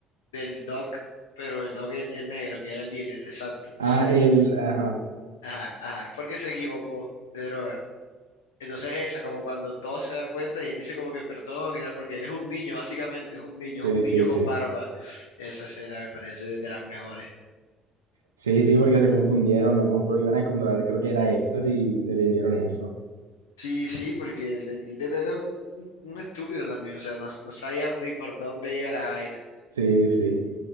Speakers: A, on the left; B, on the right.
A: del Doc, pero el Doc el, el negro, que era el dealer, exacto. Entonces,
B: Ah, el, ajá,
A: ajá, ajá, porque se equivocó de droga. Entonces esa, como cuando todos se dan cuenta y él dice como que perdón y tal, porque él es un niño, básicamente, es un niño,
B: sí,
A: es un niño
B: sí,
A: con
B: sí.
A: barba. Esa escena me parece de las mejores.
B: Sí, sí, porque se confundieron, no compró, iban a comprar, creo que era Exas y le vendieron eso.
A: Sí, sí, porque el, el dealer era un, un- un estúpido también, o sea, no, no sabía ni por dónde iba la vaina.
B: Sí, sí.